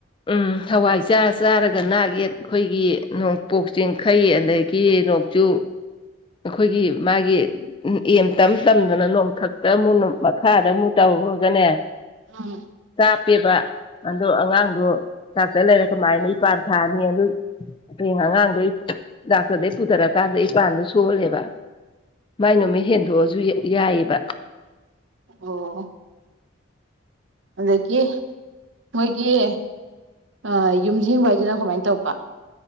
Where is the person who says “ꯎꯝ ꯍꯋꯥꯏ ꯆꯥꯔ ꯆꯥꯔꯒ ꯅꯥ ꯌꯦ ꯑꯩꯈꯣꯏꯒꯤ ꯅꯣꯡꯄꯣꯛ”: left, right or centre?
Left